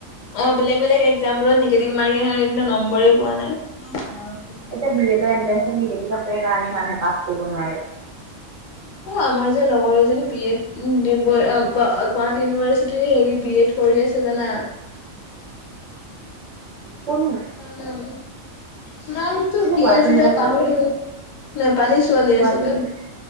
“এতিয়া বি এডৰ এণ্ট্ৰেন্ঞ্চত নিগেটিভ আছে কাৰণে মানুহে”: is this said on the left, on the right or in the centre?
Right